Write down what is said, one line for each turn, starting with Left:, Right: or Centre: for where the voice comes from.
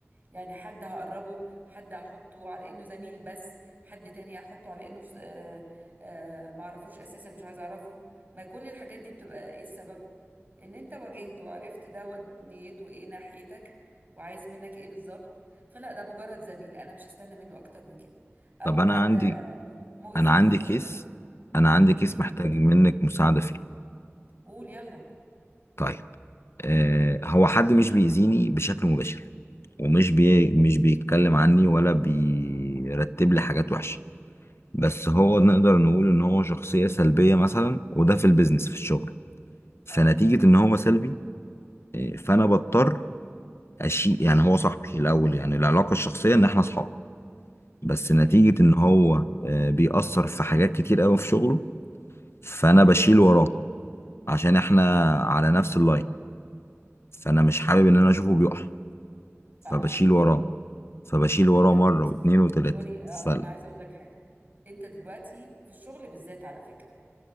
Right: يعني حد هقربه حد هحطه على انه زميل بس حد تاني هحطه على انه س- آه، آه، ما اعرفوش اساسا مش عايز اعرفه ما كل الحاجات دي بتبقى ايه السبب ان انت واجهته وعرفت ده ود- نيته ايه ناحيتك وعايز منك ايه بالظبط فلا ده مجرد زميل انا مش هستنى منه اكتر من كده او
Left: طب انا
Right: لا ده
Left: عندي
Right: مؤذي
Left: انا عندي
Right: فمش
Left: كيس انا عندي كيس
Right: هم؟
Left: محتاج منك مساعده فيه
Right: قول يلا
Left: طيب آه هو حد مش بيأذيني بشكل مباشر ومش بي
Right: هم.
Left: مش بيتكلم عني ولا بيرتب لي حاجات وحشه بس هو نقدر نقول ان هو شخصيه سلبيه مثلا وده في البيزنس في الشغل فنتيجه
Right: اه
Left: ان هو سلبي آه، فانا بضطر اشيل يعني هو صاحبي الاول يعني العلاقه الشخصيه ان احنا اصحاب بس
Right: تمام
Left: نتيجة ان هو آه، بيأثر في حاجات كتير قوي في شغله فانا بشيل وراه عشان احنا
Right: لا
Left: على نفس اللاين فانا مش حابب ان انا اشوفه بيقع فبشيل
Right: لا انا مش موافقه
Left: وراه فبشيل وراه
Right: ما انت بص
Left: مرة واتنين وتلاتة
Right: سوري آه،
Left: فلا
Right: انا عايزه اقول لك حاجه انت دلوقتي في الشغل بالذات على فكره